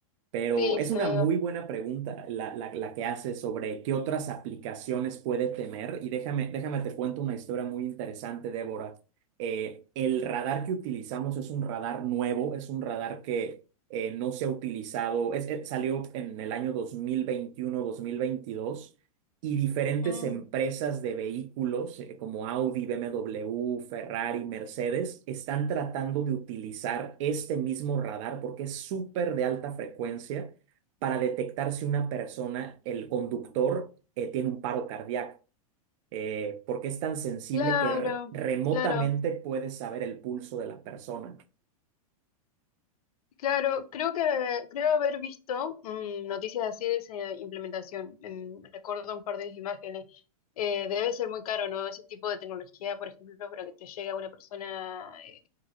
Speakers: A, on the right (about 55°); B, on the left (about 75°).
A: Pero
B: Sí,
A: es
B: se
A: una
B: ve
A: muy
B: bastante.
A: buena pregunta la, la, la que haces sobre qué otras aplicaciones puede tener. Y déjame, déjame te cuento una historia muy interesante, Débora. Eh, el radar que utilizamos es un radar nuevo, es un radar que eh, no se ha utilizado, es, eh, salió en el año dos dos mil veintiuno mil veintidós y diferentes
B: Mm,
A: empresas de vehículos eh, como Audi, BMW, Ferrari, Mercedes están tratando de utilizar este mismo radar porque es súper de alta frecuencia para detectar si una persona, el conductor, eh, tiene un paro cardíaco. eh, porque es tan sensible
B: claro,
A: que r- remotamente
B: claro.
A: puedes saber el pulso de la persona.
B: Claro, creo que creo haber visto mm, noticias así de esa implementación. Mm, recuerdo un par de imágenes. Eh, debe ser muy caro, ¿no? Ese tipo de tecnología, por ejemplo, para que te llegue a una persona eh,